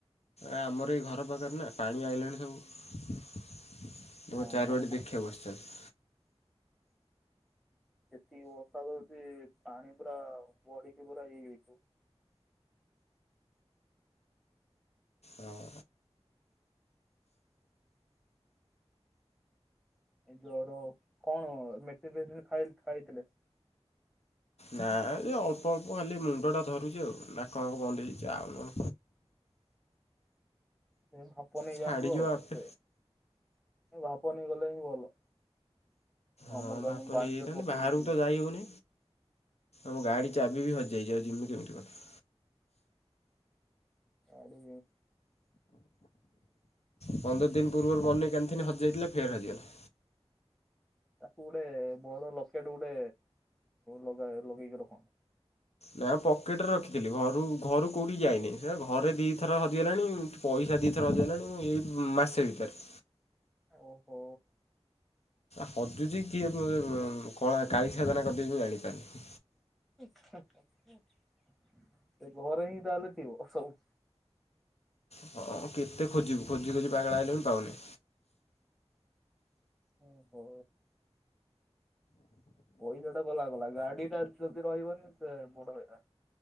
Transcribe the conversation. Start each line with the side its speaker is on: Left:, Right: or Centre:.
Left: ଆମର ଏଇ ଘର ପାଖରେ ନା ପାଣି ଆଇଲାଣି ସବୁ। ଦ
Centre: ହଁ
Left: ଚାରି ବାଟି ଦେଖିବାକୁ ବସିଛନ୍ତି।
Centre: ସେତିକି ବଷାଦ ହଉଛି ପାଣି ପୁରା ବଢିକି ପୁରା ଇ ହେଇଛି।
Left: ହଁ।
Centre: ଏଇ ଜର କଣ ମେଡିସି ଫେସିଇ ଖାଇଥିଲେ।
Left: ନା ଅଳ୍ପ ଅଳ୍ପ ଖାଲି ମୁଣ୍ଡ ଟା ଧରୁଛି ଆଉ ନା କ ବନ୍ଦ ହେଇଛି ଆଉ
Centre: ସେ ଭାପ ନେଇଯାଆନ୍ତୁ
Left: ଛାଡ଼ିଯିବ
Centre: ଆଉ
Left: ଆପେ
Centre: ସେ ଭାପ ନେଇ ଗଲେ ହିଁ ଭଲ। ଅମୃତାଞ୍ଜନ
Left: ହଁ ଭାତ
Centre: ପାଣିରେ
Left: ନେଇଯାଇଥାନ୍ତି
Centre: ପକେଇକି
Left: ବାହାରକୁ ତ ଯାଇ ହେଉନି ଆମ ଗାଡ଼ି ଚାବି ବି ହଜିଯାଇଛି ଯେମିତି କେମିତି କଣ?
Centre: ଆଡି
Left: ପନ୍ଦର ଦିନ ପୂର୍ବରୁ ବନ କ କୋଥିନି ହଜିଯାଇଥିଲେ ଫେର ହଜିଗଲା।
Centre: ତାକୁ ଗୋଟେ ବଡ଼ ଲକେଟ ଗୋଟେ ଲଗା ଲଗେଇକି ରଖନ୍ତୁ।
Left: ନାଇଁ ଆଉ ପକେଟ ରେ ରଖିଥିଲି ଘରୁ ଘରୁ କେଉଁଠି ଯାଇନି ସେ ଘରେ ଦୁଇଥର ହଜିଗଲାଣି ପଇସା ଦୁଇଥର ହଜିଗଲାଣି ଏଇ ମାସେ ଭିତରେ।
Centre: ଓହୋ।
Left: ହଜୁଛି କିଏ କଳା କାଳି ସାଧନା କରିଦେଇଛି ମୁଁ ଜାଣିପାରୁନି।
Centre: ସେ ଘରେ ହିଁ ତାହେଲେ ଥିବ ସବୁ।
Left: ହଁ କେତେ ଖୋଜିବୁ ଖୋଜି ଖୋଜି ପାଗଳ ଆଲେ ବି ପାଉନି।
Centre: ଓ ହୋ। ପଇସା ଟା ଗଲା କଲା ଗାଡି ଟା ଯଦି ରହିବନି ସେ ବଡ ହେଇଲା